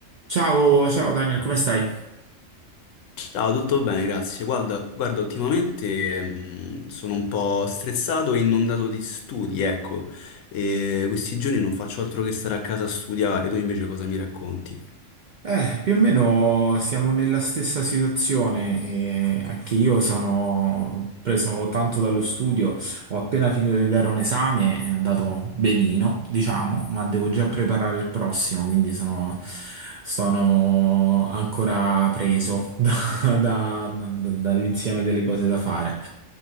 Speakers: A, on the right; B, on the left.
A: Ciao, ciao Daniel, come stai?
B: Ciao, tutto bene, grazie. Guarda, guarda, ultimamente mh, sono un po' stressato e inondato di studi, ecco. E questi giorni non faccio altro che stare a casa a studiare. Tu invece cosa mi racconti?
A: Eh, più o meno siamo nella stessa situazione e anche io sono preso tanto dallo studio, ho appena finito di dare un esame, è andato benino, diciamo, ma devo già preparare il prossimo, quindi sono, sono ancora preso <laughs> da- da- da- dall'insieme delle cose da fare.